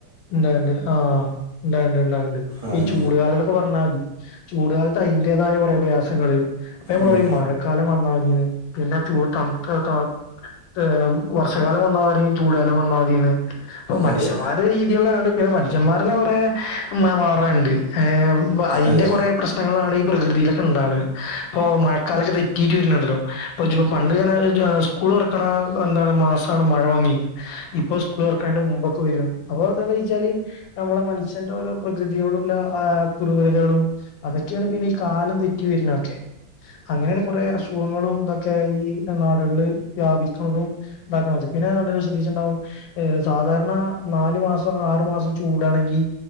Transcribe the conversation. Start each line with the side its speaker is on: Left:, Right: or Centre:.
Left: ണ്ടാണ്ട്, ആ, ണ്ടാണ്ട്, ണ്ടാണ്ട്, പ്പ്
Right: ആഹ്
Left: ഈ ചൂട് കാലംന്നൊക്കെ, പറഞ്ഞാതി ചൂടുകാലത്ത്, അയ്ന്റേതായ, കുറെ, പ്രയാസങ്ങള്, അപ്പൊ, നമ്മള്,
Right: ഉം
Left: പറയും, മഴക്കാലം, വന്നാമതിന് പിന്നെ, ചൂട്, തണ്ത്ത, ത ത്തേ, എ, വർഷകാലം വന്നാരിം, ചൂടാലം വന്ന അപ്പൊ, മനുഷ്യന്മാ
Right: അതെ
Left: പിന്നെ, മനുഷന്മാരന്നെ, കൊറെ മാറാണ്ട് പ്പൊ, അയ്‌ന്റെ
Right: അതെ
Left: കൊറേ, പ്രശ്നങ്ങളാണ്, ഈ, പ്രകൃതിലൊക്കെ ണ്ടാവ്ണ്, പ്പൊ, മഴക്കാലൊക്കെ, തെറ്റിട്ട് വര്ണ്ണ്ടല്ലോ പ്പൊ ജ്ജു, പണ്ട്ങ്ങനെ, എ, സ്കൂളോറക്കണേ, എ, എന്താണ്, മസാണ്, മഴ വന്നീനെ തീർക്കയ്ന്റെ, മുമ്പക്കെ, വര അപ്പൊ, തന്താവ്ചാല്, നമ്മളെ, മൻഷന്റെ, ഓരോ, പ്രകൃതിയോട്ല്ല, അ, ക്രൂരതകളും ക്കാണ്, പിന്നെ, ഈ, കാലം തെറ്റി, വരുന്നൊക്കെ അങ്ങനെയാണ്, കുറെ അസുഖങ്ങളും, ഇതൊക്കെ, ഈ, നാടുകളില്, വ്യാപിക്കുണതും, ഇതാക്കണ പിന്നെ, ആണ്ട്ങ്ങള്, ശ്രദ്ധിച്ച്ണ്ടാവും, എ, സാധാരണ നാലു മാസം, ആറു മാസം, ചൂടാണെങ്കി,